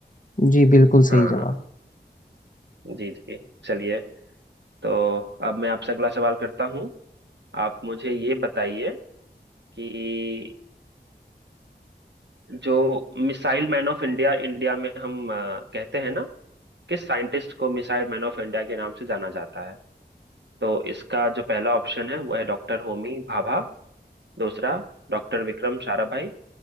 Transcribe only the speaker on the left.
जी बिल्कुल सही
जवाब